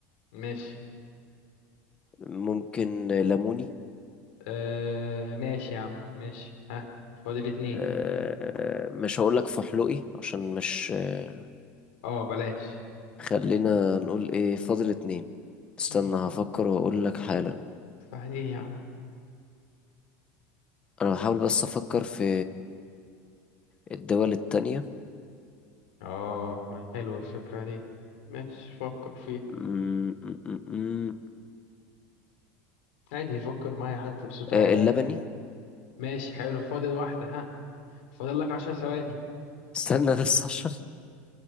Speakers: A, on the left; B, on the left.
A: ماشي
B: ممكن ليموني
A: آه ماشي يا عم ماشي ها فاضل اتنين
B: آه آه، مش هقولك فحلقي عشان مش آه
A: اه بلاش
B: خلينا نقول ايه فاضل اتنين استنى
A: مم.
B: هفكر واقولك حالا
A: سهلين يا عم
B: انا بحاول بس افكر في الدول التانية
A: اه حلوة الفكرة دي ماشي فكر فيها
B: م- م- م- م.
A: عادي يفكر معايا حتى بصوت عالي
B: آه، اللبني
A: يعني ماشي حلو فاضل واحدة ها فاضل لك عشر ثواني
B: استنى بس عشان